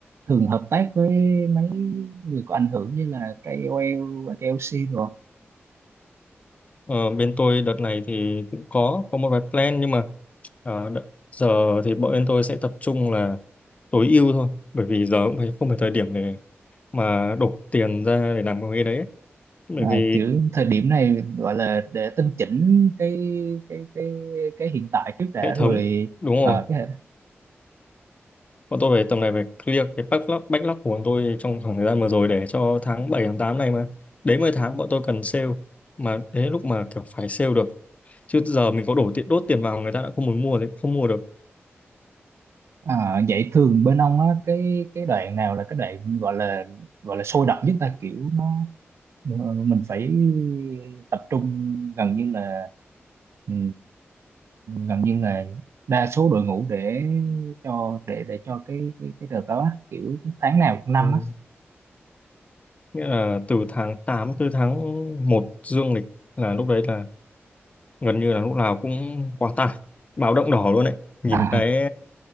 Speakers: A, on the right; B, on the left.
A: thường hợp tác với mấy người có ảnh hưởng như là KOL và KOC rồi không?
B: Ờ, bên tôi đợt này thì cũng có có một vài plan nhưng mà ờ, đợt, giờ thì bọn bên tôi sẽ tập trung là tối ưu thôi bởi vì giờ cũng phải, không phải thời điểm để mà đổ tiền ra để làm cái đấy ấy. bởi
A: à,
B: vì
A: kiểu thời điểm này gọi là để tinh chỉnh cái cái cái cái hiện tại trước đã
B: hệ
A: rồi
B: thống đúng rồi
A: à, cái
B: Bọn tôi phải tầm này phải clear cái backlog, backlog của bọn tôi trong khoảng thời gian vừa rồi để cho tháng bảy tháng 8 này mà. Đến 10 tháng bọn tôi cần sale. Mà đến lúc mà kiểu phải sale được. Chứ giờ mình có đổ tiền đốt tiền vào người ta đã không muốn mua thì không mua được.
A: à, vậy thường bên ông á cái cái đoạn nào là cái đoạn gọi là gọi là sôi động nhất ta kiểu nó Ờ, mình phải tập trung gần như là ừ, gần như là đa số đội ngũ để cho để để cho cái cái cái đợt đó á, kiểu tháng nào trong năm
B: Ừ.
A: á
B: Nghĩa là từ tháng 8 tới tháng một dương lịch là lúc đấy là gần như là lúc nào cũng quá tải. Báo động đỏ luôn đấy. Nhìn
A: à,
B: cái